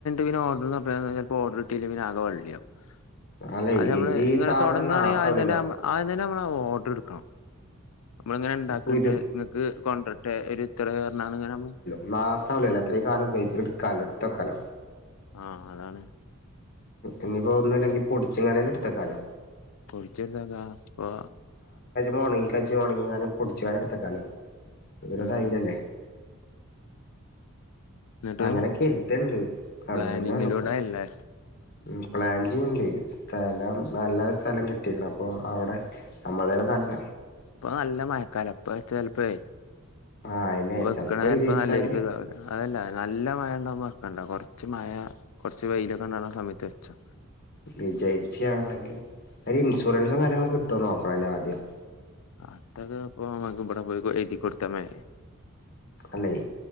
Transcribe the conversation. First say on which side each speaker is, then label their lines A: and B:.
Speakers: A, on the left; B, on the left.
A: പിന്ന ഓർഡ്പ്പോ ഓഡർ ഇട്ടേ പിന്നെ വള്ളിയാവും
B: അല്ലെ
A: ആത് നമ്മള്
B: ഇത് ഈ
A: ഇങ്ങനെ
B: സാധനം
A: തുടങ്ങണെങ്കി
B: നാസാവില്ലല്ലോ
A: ആദ്യം തന്നെ ആ തന്നെ നമ്മള് ഓർഡർ എടുക്കണം നമ്മളി ഇങ്ങനെ ഇണ്ടാക്കണ്ട്
B: ഈ കുരു
A: നിങ്ങക്ക് കൊണ്ടരട്ടെ ഒരു ഇത്തവ കറണാണ് ഇങ്ങനെ നമ്മ
B: ഗ്ലാസലല്ലോ അത്രയും കാല പോയ കാല എടുത്തോക്കാലോ
A: ആഹ് അതാണ്
B: ഇഞ് പ്പോ ഒന്നുംല്ലെങ്കി പൊടിച്ചെങ്ങാലും ഇടുത്തക്കാലോ
A: പൊടിച്ചരുതതാ ഇ
B: മുണങ്ങി കു മുണങ്ങിങ്ങനെ പൊടിച്ചുരെ എടുത്തക്കാലോ ഇവ
A: ഉം
B: തൈലല്ലേ
A: എന്നിട്ട്
B: അങ്ങനെക്കെ കിട്ടണ്ട് അത
A: പ്ലാനിങ്ങിലൂടെ
B: തന്നെയണപ്പോ
A: അല്ലേ
B: ഉം പ്ലാൻ ചെയ്യണ്ട് സ്ഥലം നല്ല സ്ഥലം കിട്ടിരിക്കണം അപ്പോ അവടെ നമ്മളരെ തല്
A: ഇപ്പ നല്ല മഴക്കാലം അപ്പ ചിലപ്പോ
B: ആഹ് അയിനെ
A: വെക്കണ
B: ചെലപ്പോ
A: ചിലപ്പോ
B: വിജയിച്ചാല്
A: നല്ലരു കതവല്ല അതല്ല നല്ല മഴണ്ടവുമ്പൊ വെക്കണ്ട കൊർച്ച് മഴ കൊർച്ച് വെയ്ലൊക്കെണ്ടാവ്ണ സമയത്ത് വെച്ചൊ
B: വിജയ്ച്ചാണെങ്കി ഒര്ൻഷുറൻസും കാര്യങ്ങളൊക്കെ കിട്ടോ നോക്കണല്ലൊ ആദ്യം
A: അതൊക്കെപ്പൊ നമ്മക്ക്ബടെ പോയി എയ്തി കൊട്ത്താ മേ
B: അല്ലയ്